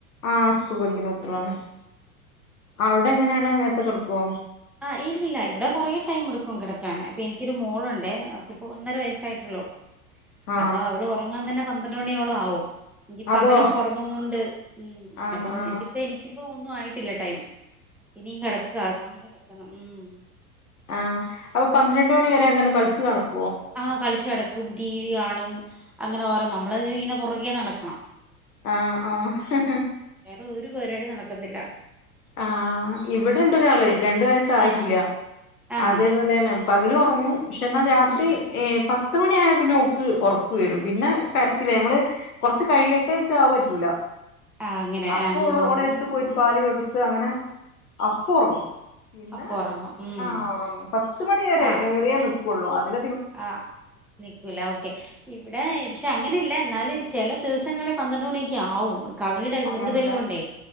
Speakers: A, on the left; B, in the centre.
A: ആ സ്കൂ സ്കൂളിൽ പഠിക്കുന്ന കുട്ടികൾ ആണ് അവിടെ എങ്ങനെ നിങ്ങള് നേരത്തെ കിടക്കുവോ
B: ആഹ് ഇല്ലില്ല ഇവിടെ കുറേ ടൈം എടുക്കും കിടക്കാൻ, ഇപ്പോ എനിക്കൊരു മോളുണ്ടെ അവ ഇപ്പോ ഒന്നര വയസായിട്ടുള്ളു
A: ആ
B: അപ്പൊ അവളുറങ്ങാൻ തന്നെ പന്ത് ന്ത്രണ്ട് മണിയോളം ആവും ഈ
A: അതോ
B: പകലൊക്കെ ഉറങ്ങുന്നോണ്ട് ഉം
A: ആ ആ
B: ഇനിപ്പോ ഇത് ഒന്നും ആയിട്ടില്ല ടൈം ഇനീം കിടക്കുവാ സമയം ആയി ഉം
A: ആഹ് അപ്പൊ പന്ത്രണ്ട് മണിവരെ എന്താണ് കളിച്ചു നടകു
B: ആഹ് കളിച്ചു നടക്കും, ടിവി കാണും അങ്ങനെ ഓരോന്ന് നമ്മളാണെ ഇങ്ങനെ പിറകെ നടക്കണം
A: ആഹ് ആഹ് ഹ ഹഹഹ
B: വിടെ ഒരു പരിപാടിയും നടക്കത്തില്ല
A: ആഹ് ആ ഇവിടുണ്ട്
B: ആഹ്
A: ഒരാള്
B: പിന്നെ
A: രണ്ടു വയസ്സായിട്ടില്ല
B: ആഹ് ആഹ്
A: അതേ പോലെ തന്നെ പകലും ഉ തന്നെ പക്ഷേ ന്നാ രാത്രി
B: ഉം
A: ഏ പത്ത് പത്തുമണി ആയ പിന്നെ ഒള്ക്ക് ഒറക്ക് വരും പിന്നെ കരച്ചിലായി നമ്മള് കുറച്ചു കഴിയട്ടെ ന്ന് വച്ചാ അത് പറ്റൂല
B: ആഹ് അങ്ങനെ
A: അപ്പൊഓള്
B: ആഹ് ആഹ് ആഹ്
A: ഓളെ എടുത്ത് പോയിട്ട് പാൽ കൊട് ത്ത് അങ്ങനെ അപ്പോ ഉറങ്ങും പിന്നെ
B: അപ്പൊ ഉറങ്ങും ഉം
A: ആഹ് ഉറങ്ങും, പത്ത് മണി വരെ
B: ആഹ്
A: ഏറിയാലും കൊള്ളും അതിൽ
B: ആഹ് നിക്കൂല ഓക്കേ ഇവിടെ പക്ഷേ അങ്ങനില്ല എന്നാലും ചില ദിവസങ്ങളിൽ പന്ത്രണ്ട് മണി ഒക്കെ ആവും കളീടെ
A: അങ്ങനല്ലേ
B: കൂടുതല് കൊണ്ടേ